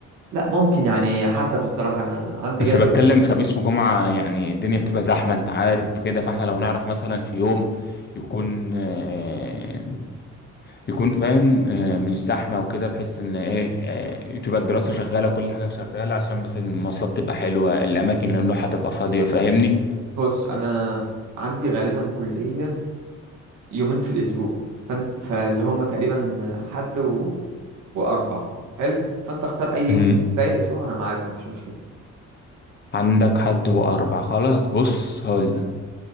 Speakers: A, on the right (about 80°); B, on the left (about 35°).
A: لا ممكن يعني حسب الصراحة أنا عندي
B: بس
A: جدول
B: بتكلم خميس وجمعة يعني الدنيا بتبقى زحمة انت عارف كده فاحنا لو نعرف مثلا في يوم يكون آه، يكون فاهم آه، مش زحمة وكده بحيث ان ايه آه، تبقى الدراسة شغالة وكل حاجة شغالة عشان مثلا المواصلات تبقى حلوة الأماكن اللي نروحها تبقى فاضية فاهمني
A: بص أنا عندي غالبا كلية يومين في الأسبوع فانت فاللي هم تقريبا حد و... وأربع حلو فأنت اختار أي يوم
B: مم.
A: من باقي الأسبوع وأنا معاك مفيش مشكلة
B: عندك حد وأربع خلاص بص هقولك